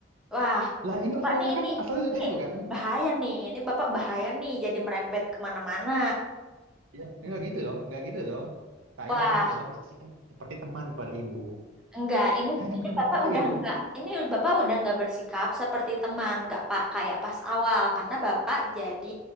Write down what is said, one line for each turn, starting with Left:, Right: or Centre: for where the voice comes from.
Centre: Wah,
Right: Lah ini asalnya
Centre: Pak, nih ini
Right: kan asalnya dari
Centre: ini
Right: situ kan?
Centre: bahaya nih. Ini Bapak bahaya nih jadi merembet kemana-mana.
Right: Iya. Enggak gitu dong, enggak gitu dong. Saya
Centre: Wah,
Right: hanya mencoba bersikap seperti teman kepada ibu.
Centre: enggak. Ini
Right: Saya
Centre: ini
Right: hanya mencoba
Centre: Bapak
Right: seperti
Centre: udah
Right: itu.
Centre: enggak. Ini Bapak udah enggak bersikap seperti teman, enggak Pak kayak pas awal karena Bapak jadi